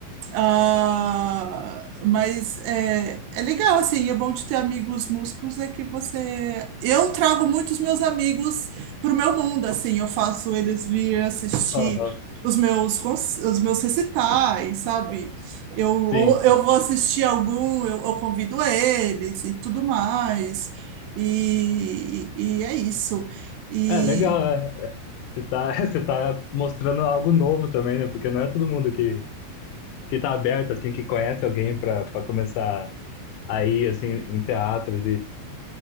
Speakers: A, on the right; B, on the left.
A: ah, mas é, é legal, assim, é bom de ter amigos músicos, é que você... Eu trago muitos meus amigos pro meu mundo, assim, eu faço eles vir assistir
B: aham,
A: os meus, cons- os meus recitais, sabe? Eu,
B: sim.
A: ou eu vou assistir algum, eu, eu convido eles e tudo mais. E, e, e é isso. E
B: É legal, é. Você tá, <laughs> você tá mostrando algo novo também, né? Porque não é todo mundo que, que tá aberto, assim, que conhece alguém para começar a ir, assim, em teatros